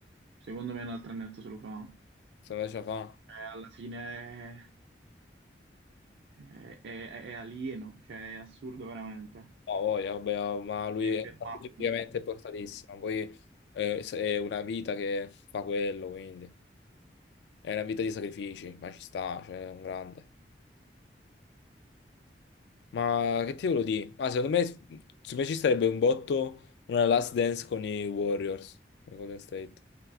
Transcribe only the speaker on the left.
Se me ce la fa.
No, ha voglia, vabbè, ma lui
è praticamente portatissimo. Poi eh, è una vita che fa quello, quindi. È una vita di sacrifici, ma ci sta, cioè, è un grande. Ma che ti volevo dire? Ah, secondo me, secondo me ci sarebbe un botto una Last Dance con i Warriors, con i Golden State.